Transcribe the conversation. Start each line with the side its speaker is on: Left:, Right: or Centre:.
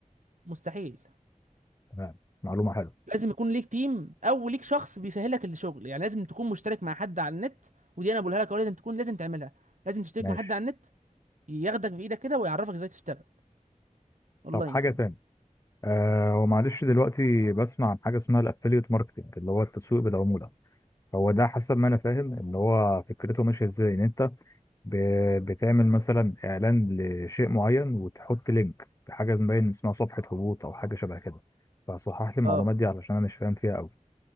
Right: مستحيل
Left: تمام معلومه حلوه
Right: لازم يكون ليك تيم او ليك شخص بيسهلك الشغل يعني لازم تكون مشترك مع حد على النت ودي انا بقولها لك أهو لازم تكون لازم تعملها لازم تشترك
Left: ماشي
Right: مع حد على النت ياخدك بايدك كده ويعرفك ازاي تشتغل اونلاين
Left: طب حاجه
Right: طبعا
Left: تاني آه ومعلش دلوقتي بسمع عن حاجه اسمها الافيليت ماركتنج اللي هو التسويق بالعموله هو ده حسب ما انا فاهم ان هو فكرته ماشيه ازاي ان انت ب- بتعمل مثلا اعلان لشيء معين وتحط لينك لحاجه مبين اسمها صفحه هبوط او حاجه شبه كده فصحح لي المعلومات
Right: اه
Left: دي علشان انا مش فاهم فيها قوي